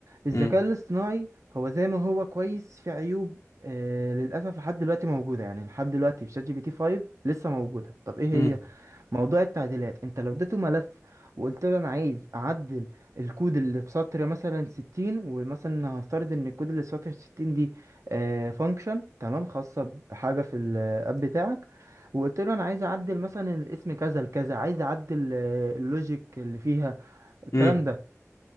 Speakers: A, on the right (about 70°); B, on the left (about 85°).
A: الذكاء
B: مم.
A: الاصطناعي هو زي ما هو كويس في عيوب آه للأسف لحد دلوقتي موجودة يعني لحد دلوقتي في شات جي بي تي 5 لسه موجودة طب ايه هي
B: مم.
A: موضوع التعديلات انت لو اديته ملف وقلت له انا عايز اعدل الكود اللي في سطر مثلا 60 ومثلا هفترض ان الكود اللي في سطر 60 دي آه فانكشن تمام خاصة بحاجة في الاب بتاعك وقلت له انا عايز اعدل مثلا الاسم كذا لكذا عايز اعدل آه، اللوجيك اللي فيها الكلام
B: مم.
A: ده